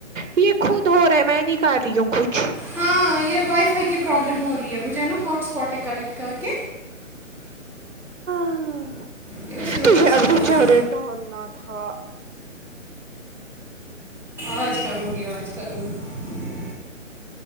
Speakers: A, on the right (about 75°); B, in the centre.
A: یہ خود ہو رہا ہے میں نہیں کر رہی ہوں کچھ
B: ہاں یہ وائی فائی کی پرابلم ہو رہی ہے مجھے جو ہاٹس پاٹیں کنیکٹ کر کے
A: ہ
B: یہ اسی وجہ
A: توھے
B: سے
A: اب
B: ہو
A: بی چارے
B: رہا
A: ڈالنا تھا
B: آج کروں گی آج کروں گی